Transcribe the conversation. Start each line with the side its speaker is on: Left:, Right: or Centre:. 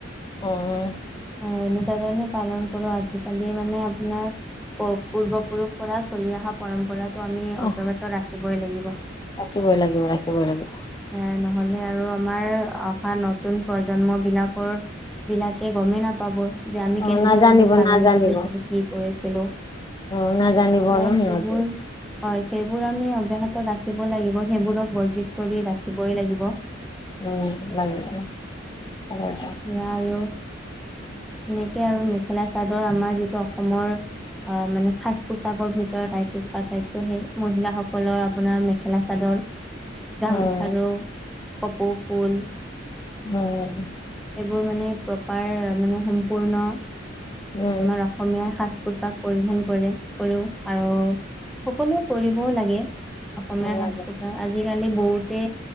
Left: অঁ।
Centre: অঁ এনেধৰনে পালন কৰো, আজিকালি মানে আপোনাৰ অ পূৰ্বপুৰুষ পৰা চলি অহা পৰম্পৰা টো আমি
Left: অ'।
Centre: অব্যাহত ৰাখিবই লাগিব।
Left: ৰাখিবই লাগিব ৰাখিবই লাগিব
Centre: এ নহলে আৰু আমাৰ, অহা নতুন প্ৰজন্ম বিলাকৰ বিলাকে গমেই নাপাব, যে আমি
Left: অ',
Centre: কেনেধৰণেনো
Left: নাজানিব
Centre: পালন
Left: নাজানিব
Centre: কৰিছিলো, কি কৰিছিলো। এয়াই
Left: অ', নাজানিব ন সিহঁতি।
Centre: সেইবোৰ হয়, সেইবোৰ আমি অব্যাহত ৰাখিব লাগিব, সেইবোৰক বৰ্জিত কৰি ৰাখিবই লাগিব।
Left: উম লাগিব, তাকেইতো।
Centre: সেইয়া আৰু, সেনেকে আৰু মেখেলা চাদৰ আমাৰ যিটো অসমৰ অ', মানে সাজ-পোছাকৰ ভিতৰত আটাইতকৈ সেই মহিলা সকলৰ আপোনাৰ মে মেখেলা চাদৰ, গামখাৰু,
Left: উম,
Centre: কপৌ ফুল
Left: উম।
Centre: সেইবোৰ মানে প্ৰপাৰ, মানে সম্পূৰ্ণ,
Left: উম।
Centre: আমাৰ অসমীয়াৰ সাজ পোছাক পৰিধান কৰে, কৰো আৰু সকলোৱে কৰিবও লাগে। অসমীয়াৰ
Left: ভাল লাগে
Centre: সাজ পোছাক, আজিকালি বহুতে